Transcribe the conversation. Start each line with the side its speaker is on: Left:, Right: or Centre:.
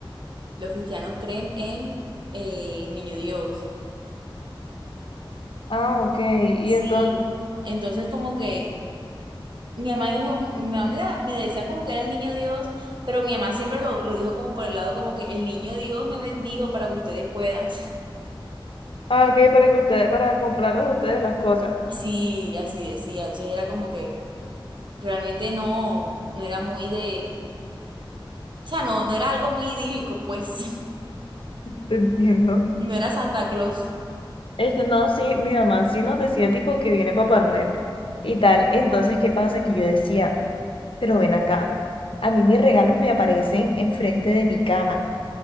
Right: Los cristianos creen en eh, en Niño Dios.
Left: ah, ok, y
Right: Sí.
Left: entonces,
Right: Entonces como que Mi mamá dijo, como- mi mamá me da- me decía como que era el niño Dios, pero mi mamá siempre lo, lo dijo como por el lado como que el niño Dios me bendijo para que ustedes puedan. <laughs>
Left: ah, ok, para que ustedes, para comprarles a ustedes las cosas.
Right: Sí, así decía. Entonces era como que realmente no, no era muy de, o sea, no, no era algo muy idílico, pues. <laughs>
Left: Te entiendo.
Right: No era Santa Claus.
Left: Este, no, sí, mi mamá sí nos decía tipo que viene Papá Noel y tal. Entonces, ¿qué pasa? Que yo decía. Pero ven acá, a mí mis regalos me aparecen enfrente de mi cama.